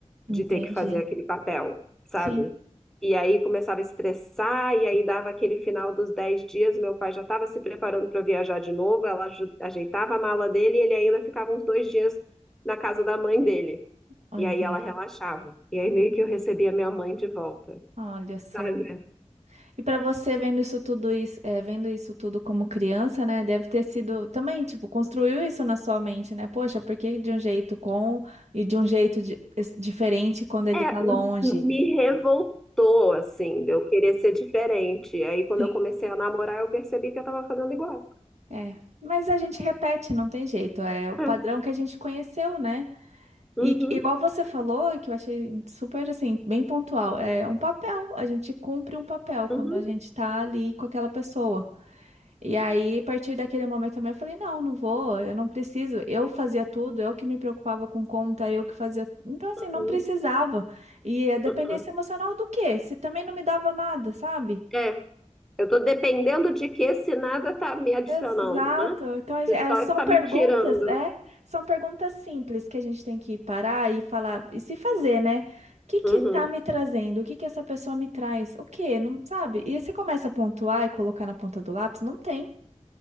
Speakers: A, on the right; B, in the centre.
A: entendi.
B: de ter que fazer aquele papel, sabe?
A: Sim,
B: E aí começava a estressar, e aí dava aquele final dos dez dias, meu pai já estava se preparando para viajar de novo, ela aju- ajeitava a mala dele e ele ainda ficava uns dois dias na casa da mãe dele.
A: ó,
B: E
A: entendi.
B: aí ela relaxava. E aí meio que eu recebia minha mãe de volta
A: Olha só.
B: sabe?
A: E pra você vendo isso tudo isso, é, vendo isso tudo como criança, né, deve ter sido também, tipo, construiu isso na sua mente, né? Poxa, por que de um jeito com e de um jeito di- es- diferente quando ele
B: É,
A: tá longe?
B: m- me revoltou, assim, de eu querer ser diferente. Aí, quando
A: Sim,
B: eu comecei a namorar, eu percebi que eu tava fazendo igual.
A: é. Mas a gente repete, não tem jeito. É o padrão
B: É.
A: que a gente conheceu, né?
B: Uhum,
A: E que- igual você falou, e que eu achei super assim, bem pontual, é um papel. A gente cumpre um papel quando
B: uhum,
A: a gente tá ali com aquela pessoa. E aí, a partir daquele momento também, eu falei, não, não vou, eu não preciso. Eu fazia tudo, eu que me preocupava com conta, eu que fazia. Então, assim,
B: uhum,
A: não precisava. E é dependência
B: uhum.
A: emocional do quê? Se também não me dava nada, sabe?
B: É, eu tô dependendo de que se nada tá me adicionando,
A: Exato.
B: né?
A: Então, a
B: Se
A: gen- é,
B: só
A: são
B: está
A: perguntas,
B: me tirando.
A: é? São perguntas simples que a gente tem que parar e falar e se fazer, né? O que que
B: Uhum,
A: tá me trazendo? O que que essa pessoa me traz? O quê? Não sabe? E aí você começa a pontuar e colocar na ponta do lápis, não tem.